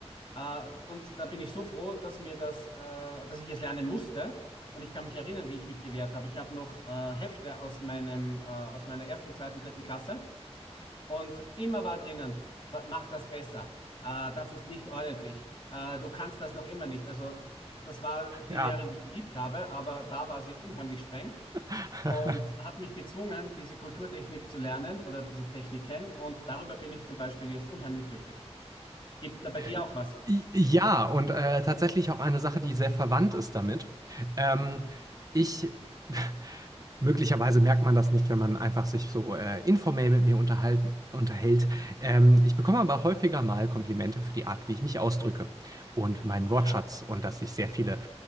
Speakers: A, on the left; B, on the right.
A: äh, und da bin ich so froh, dass mir das, äh, dass ich es lernen musste. Und ich kann mich erinnern, wie ich mich gewehrt habe. Ich habe noch äh, Hefte aus meinem, äh, aus meiner ersten, zweiten, dritten Klasse. Und immer war drinnen, ver- mach das besser. Äh, das ist nicht ordentlich. Äh, du kannst das noch immer nicht. Also das war die
B: ja.
A: Lehrerin, die ich geliebt habe, aber da war sie unheimlich streng
B: <laughs>
A: und hat mich gezwungen, diese Kulturtechnik zu lernen oder diese Techniken. Und darüber bin ich zum Beispiel jetzt unheimlich glücklich. Gibt da bei dir
B: I-
A: auch was?
B: Ja, und äh, tatsächlich auch eine Sache, die sehr verwandt ist damit. Ähm, ich <laughs> Möglicherweise merkt man das nicht, wenn man einfach sich so, äh, informell mit mir unterhalten unterhält. Ähm, ich bekomme aber häufiger mal Komplimente für die Art, wie ich mich ausdrücke und meinen Wortschatz
A: Ja,
B: und dass ich sehr viele